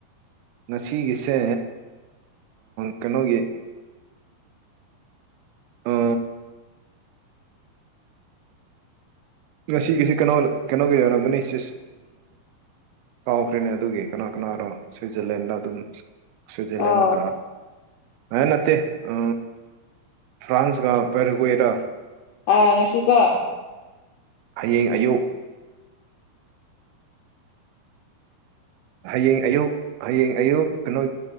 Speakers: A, on the right; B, on the left.
A: ꯉꯁꯤꯒꯤꯁꯦ ꯀꯩꯅꯣꯒꯤ ꯑ ꯉꯁꯤꯒꯤꯁꯤꯦ ꯀꯩꯅꯣ ꯀꯩꯅꯣꯒ ꯌꯥꯎꯔꯝꯒꯅꯤ ꯁꯤ ꯀꯥꯎꯈ꯭ꯔꯦꯅꯦ ꯑꯗꯨꯒꯤ ꯀꯅꯥ ꯀꯅꯥꯔꯣ ꯁ꯭ꯋꯤꯖꯔꯂꯦꯟꯗ ꯑꯗꯨꯝ ꯁ꯭ꯋꯤꯖꯔꯂꯦꯟꯒ
B: ꯑꯥ
A: ꯍꯥꯏ ꯅꯠꯇꯇꯩ ꯑ ꯐ꯭ꯔꯥꯟꯁꯒ ꯄꯦꯔꯒꯔ
B: ꯑꯥ ꯉꯁꯤꯀꯣ
A: ꯍꯌꯦꯡ ꯑꯌꯨꯛ ꯍꯌꯦꯡ ꯑꯌꯨꯛ ꯍꯌꯦꯡ ꯑꯌꯨꯛ ꯀꯩꯅꯣ